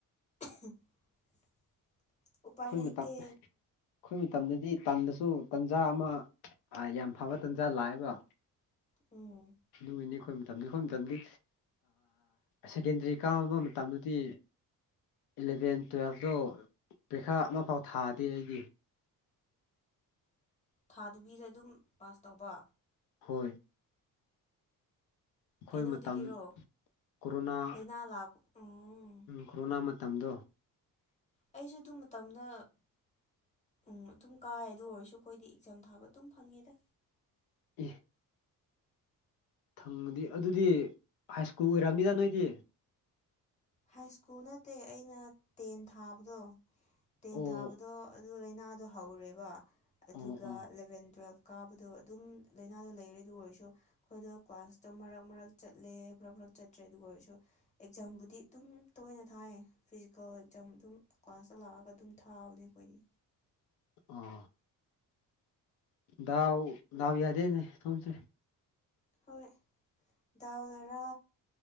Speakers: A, on the left; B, on the left.
A: <unintelligible> ꯎꯄꯥꯏ
B: ꯑꯩꯈꯣꯏ
A: ꯂꯩꯇꯦ
B: ꯃꯇꯥꯡ ꯑꯩꯈꯣꯏ ꯃꯇꯝꯗꯗꯤ ꯇꯟꯗꯁꯨ ꯇꯟꯖꯥ ꯑꯃ ꯌꯥꯝ ꯐꯕ ꯇꯥꯟꯖꯥ ꯂꯥꯛꯑꯦꯕ
A: ꯎꯝ
B: ꯅꯨꯃꯤꯅꯤ ꯈꯣꯏ ꯃꯇꯝꯗꯨ ꯑꯩꯈꯣꯏ ꯃꯇꯝꯒꯤ ꯁꯦꯀꯦꯟꯗꯔꯤ ꯀꯥꯝꯕ ꯃꯇꯝꯗꯗꯤ ꯏꯂꯚꯦꯟ ꯇꯨꯌꯦꯦꯜꯐꯇꯣ ꯄꯔꯤꯈꯥ ꯑꯃꯐꯥꯎ ꯊꯥꯗꯦ ꯑꯩꯗꯤ
A: ꯊꯥꯗꯨꯕꯤꯗ ꯑꯗꯨꯝ ꯄꯥꯁ ꯇꯧꯕ
B: ꯍꯣꯏ ꯑꯩꯈꯣꯏ
A: ꯀꯩꯅꯣꯗꯨꯒꯤꯔꯣ
B: ꯃꯇꯝ ꯀꯣꯔꯣꯅꯥ
A: ꯂꯩꯅꯥ ꯂꯥꯛ ꯎꯝ
B: ꯀꯣꯔꯣꯅꯥ ꯃꯇꯝꯗꯣ
A: ꯑꯩꯁꯨ ꯑꯗꯨ ꯃꯇꯝꯗ ꯎꯝ ꯑꯗꯨꯝ ꯀꯥꯏ ꯑꯗꯨ ꯑꯣꯏꯔꯁꯨ ꯑꯩꯈꯣꯏꯗꯤ ꯑꯦꯛꯖꯥꯝ ꯊꯥꯕ ꯑꯗꯨꯝ ꯐꯪꯉꯤꯗ꯫
B: <unintelligible> ꯊꯪꯗꯤ ꯑꯗꯨꯗꯤ ꯍꯥꯏ ꯁ꯭ꯀꯨꯜ ꯑꯣꯏꯔꯝꯅꯤꯗ ꯅꯣꯏꯗꯤ꯫
A: ꯍꯥꯏ ꯁ꯭ꯀꯨꯜ ꯅꯠꯇꯦ ꯑꯩꯅ ꯇꯦꯟ ꯊꯥꯕꯗꯣ ꯇꯦꯟ
B: ꯑꯣ
A: ꯊꯥꯕꯗꯣ ꯑꯗꯨ ꯂꯩꯅꯥꯗꯣ ꯍꯧꯔꯦꯕ ꯑꯗꯨꯒ
B: ꯑꯣ ꯑꯣ
A: ꯑꯦꯂꯦꯕꯦꯟ ꯇꯨꯌꯦꯜꯄ ꯀꯥꯕꯗꯣ ꯑꯗꯨꯝ ꯂꯥꯏꯅꯥꯗꯣ ꯂꯩꯔꯦ ꯑꯗꯨ ꯑꯣꯏꯔꯁꯨ ꯑꯩꯈꯣꯏꯗꯣ ꯀ꯭ꯂꯥꯁꯇꯣ ꯃꯔꯛ - ꯃꯔꯛ ꯆꯠꯂꯦ ꯃꯔꯛ- ꯃꯔꯛ ꯆꯠꯇ꯭ꯔꯦ ꯑꯗꯨꯒ ꯑꯣꯏꯔꯁꯨ ꯑꯦꯛꯖꯥꯝꯕꯨꯗꯤ ꯑꯗꯨꯝ ꯇꯣꯏꯅ ꯊꯥꯏ ꯐꯤꯖꯤꯀꯜ ꯑꯦꯛꯖꯥꯝ ꯑꯗꯨꯝ ꯀ꯭ꯂꯥꯁꯇ ꯂꯥꯛꯑꯒ ꯑꯗꯨꯝ ꯊꯥꯕꯅꯦ ꯑꯩꯈꯣꯏꯗꯤ꯫
B: ꯑꯣ ꯗꯥꯎ ꯗꯥꯎ ꯌꯥꯗꯦꯅꯦ ꯅꯣꯏꯁꯦ꯫
A: ꯍꯣꯏ ꯗꯥꯎ ꯅꯔꯥ